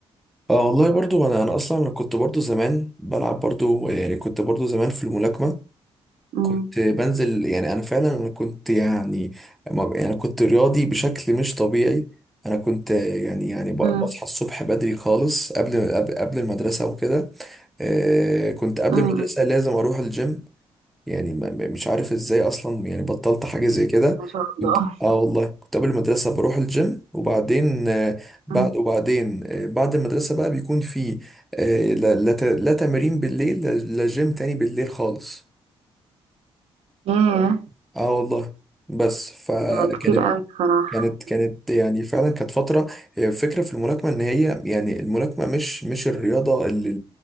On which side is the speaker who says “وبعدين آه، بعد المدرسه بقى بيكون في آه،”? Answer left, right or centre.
Centre